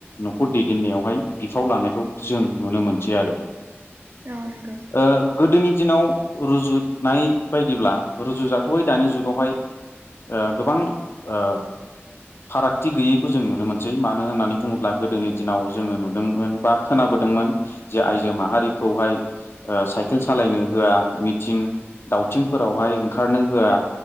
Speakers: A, on the left (about 55°); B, on the right (about 55°).
A: न'खर दैदेननायावहाय बिफाव लानायखौ जों नुनो मोनसै आरो।
B: औ नोंगौ
A: ओ गोदोनि दिनाव रुजुनाय बायदिब्ला रुजुजाथ'यै दानि जुगावहाय ओ गोबां ओ फारागथि गैयैखौ जों नुनो मोनसै मानो होननानै बुङोब्ला गोदोनि दिनाव जोङो नुदोंमोन बा खोनाबो दोंमोन जे आइजो माहारिखौहाय साइकेल सालायनो होआ मिंथिं दाव दावथिंफोरावहाय ओंखारनो होआ
B: औ